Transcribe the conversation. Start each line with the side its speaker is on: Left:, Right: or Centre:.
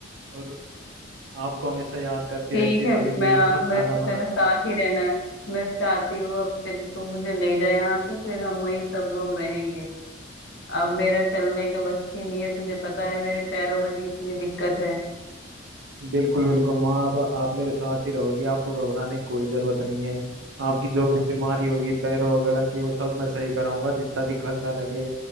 Right: और आपको हमेशा याद करती
Left: ठीक
Right: रहती है
Left: है मैं
Right: तभी भी ये सब खाना
Left: मैं तो
Right: बनाती
Left: तेरे साथ
Right: है
Left: ही रहना है मैं चाहती हूँ अब तेरे तू मुझे ले जाए यहाँ से फिर हम वहीं सब लोग रहेंगे अब मेरा चलने का बस की नहीं है तुझे पता है मेरे पैरों में भी इतनी दिक्कत है
Right: बिल्कुल बिल्कुल वहाँ अब आप मेरे साथ ही रहोगी आपको घबराने की कोई जरूरत नहीं है आपकी जो भी बीमारी होगी पैरों वगैरह की वो सब मैं सही कराऊंगा जितना भी खर्चा लगे